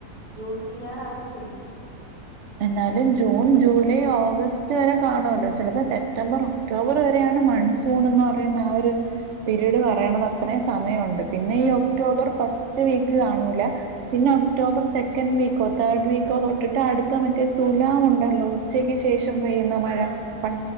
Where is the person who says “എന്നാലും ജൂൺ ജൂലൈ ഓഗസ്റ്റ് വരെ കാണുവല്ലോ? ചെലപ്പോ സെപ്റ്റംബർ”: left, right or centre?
Right